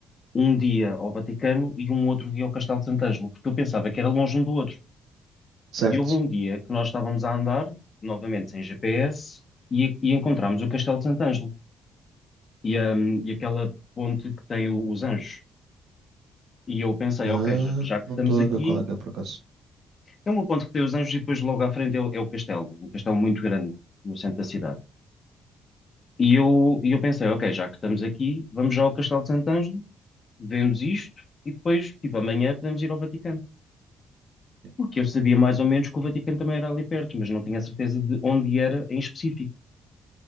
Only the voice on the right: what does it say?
Certo.
Ah,
não
estou
a ver qual é que é por acaso.
Sim.